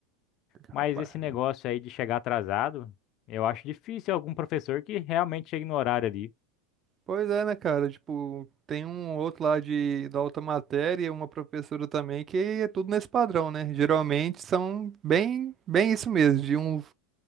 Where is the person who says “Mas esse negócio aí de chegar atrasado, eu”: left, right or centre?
Left